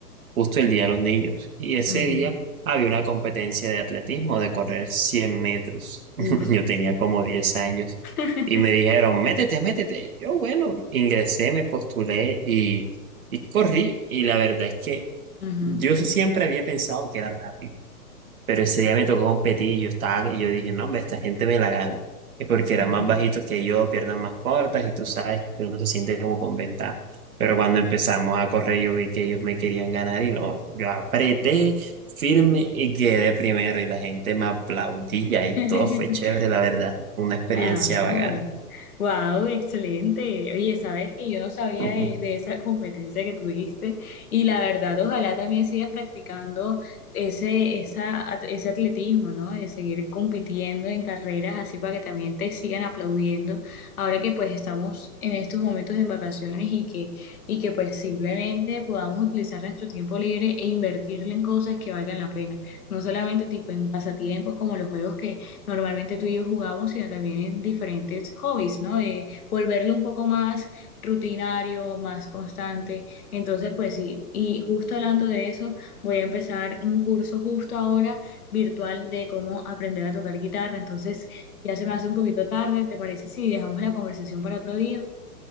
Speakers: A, on the right; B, on the left.
A: justo el día de los niños. Y ese
B: Ujú.
A: día había una competencia de atletismo de correr 100 metros.
B: Uf.
A: <laughs> Yo tenía como 10 años
B: <laughs>
A: y me dijeron, métete, métete. Y Yo, bueno, ingresé, me postulé y, y corrí. Y la verdad es que
B: Ujú.
A: yo siempre había pensado que era rápido pero ese día me tocó competir y yo estaba, y yo dije, no, hombre, esta gente me la gano. Y porque eran
B: <laughs> Ujú.
A: más bajitos que yo, piernas más cortas, y tú sabes que uno se siente como con ventaja. Pero cuando empezamos a correr, yo vi que ellos me querían ganar y no, yo apreté firme y quedé primero. Y la gente me aplaudía y
B: <laughs>
A: todo fue chévere, la verdad. Una experiencia
B: Ah, oh,
A: bacana.
B: wow, excelente. Oye, sabes que yo no sabía
A: <laughs>
B: de, de esa <laughs> competencia que tuviste y la verdad, ojalá también sigas practicando ese, esa, at- ese atletismo, ¿no? De seguir compitiendo en carreras así para que también te sigan aplaudiendo. Ahora que pues estamos en estos momentos en vacaciones y que, y que pues simplemente podamos utilizar nuestro tiempo libre e invertirlo en cosas que valgan la pena. No solamente tipo en pasatiempos como los juegos que normalmente tú y yo jugamos, sino también en diferentes hobbies, ¿no? De volverlo un poco más rutinario, más constante. Entonces, pues sí, y justo hablando de eso, voy a empezar un curso justo ahora virtual de cómo aprender a tocar guitarra. Entonces, ya se me hace un poquito tarde, ¿te parece? Sí, dejamos la conversación para otro día.